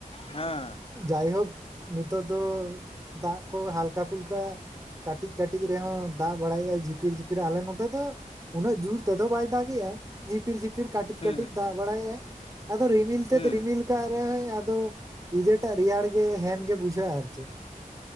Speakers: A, on the left; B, on the right.
A: ᱦᱮᱸ
B: ᱡᱟᱭᱦᱳᱠ ᱱᱤᱛᱚᱜ ᱫᱚ ᱫᱟᱜ ᱠᱚ ᱦᱟᱞᱠᱟ ᱯᱷᱩᱞᱠᱟ ᱠᱟᱴᱤᱡ ᱠᱟᱴᱤᱡ ᱨᱮᱦᱚᱸ ᱫᱟᱜ ᱵᱟᱲᱟᱭᱮᱫ-ᱟᱭ ᱡᱷᱤᱯᱤᱨ-ᱡᱷᱤᱯᱤᱨ ᱟᱞᱮ ᱱᱚᱛᱮ ᱫᱚ ᱩᱱᱟᱹᱜ ᱡᱩᱨ ᱛᱮᱫᱚ ᱵᱟᱭ ᱫᱟᱜᱮᱜ-ᱟ᱾ ᱡᱷᱤᱯᱤᱨ ᱡᱷᱤᱯᱤᱨ ᱠᱟᱹᱴᱤᱡ
A: ᱦᱩᱸ
B: ᱠᱟᱹᱴᱤᱡ
A: ᱦᱩᱸ
B: ᱫᱟᱜ ᱵᱟᱲᱟᱭᱮᱫ ᱟᱭ ᱟᱫᱚ ᱨᱤᱢᱤᱞ ᱛᱮᱫ
A: ᱦᱩᱸ
B: ᱨᱤᱢᱤᱞ ᱠᱟᱜ ᱨᱮᱦᱳᱭ ᱟᱫᱚ ᱤᱡᱟᱹᱴᱟᱜ ᱨᱮᱭᱟᱲ ᱜᱮ ᱦᱮᱢ ᱜᱮ ᱵᱩᱡᱷᱟᱹᱜᱼᱟ ᱟᱨ ᱪᱮᱫ᱾